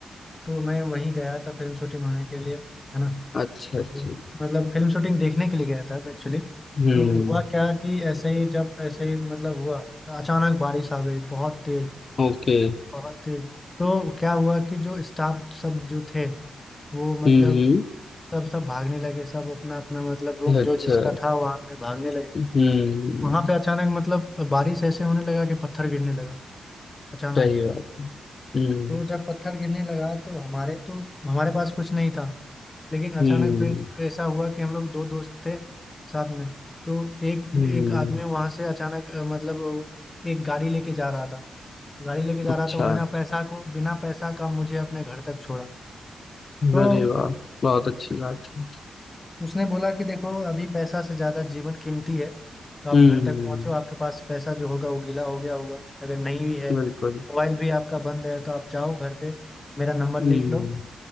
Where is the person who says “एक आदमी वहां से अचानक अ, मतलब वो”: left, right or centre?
Left